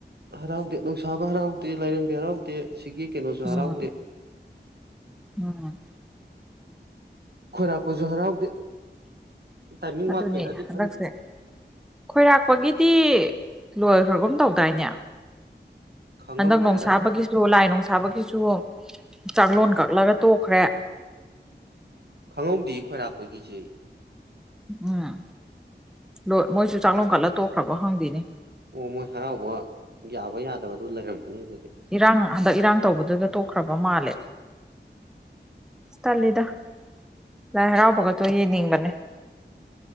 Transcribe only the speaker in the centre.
ꯎꯝ
ꯎꯝ
ꯑꯗꯨꯅꯦ
ꯍꯟꯗꯛꯁꯦ
ꯈꯣꯏꯔꯥꯛꯄꯒꯤꯗꯤ ꯂꯣꯏꯈ꯭ꯔꯒꯨꯝ ꯇꯧꯗꯥꯏꯅꯦ
ꯍꯟꯗꯛ ꯅꯨꯡꯁꯥꯕꯒꯤꯁꯨ ꯂꯥꯏ ꯅꯨꯡꯁꯥꯕꯒꯤꯁꯨ ꯆꯥꯛꯂꯣꯟ ꯀꯛꯂꯒ ꯇꯣꯛꯈ꯭ꯔꯦ
ꯎꯝ ꯂꯣꯏ ꯃꯣꯏꯁꯨ ꯆꯥꯛꯂꯣ ꯀꯠꯂ ꯇꯣꯛꯈ꯭ꯔꯕꯣ ꯍꯪꯗꯣꯏꯅꯤ
ꯏꯔꯥꯡ ꯍꯟꯗꯛ ꯏꯔꯥꯡ ꯇꯧꯕꯗꯨꯗ ꯇꯣꯛꯈ꯭ꯔꯕ ꯃꯥꯜꯂꯦ ꯇꯜꯂꯤꯗ ꯂꯥꯏ ꯍꯔꯥꯎꯕꯒꯇꯣ ꯌꯦꯡꯅꯤꯡꯕꯅꯦ <inaudible>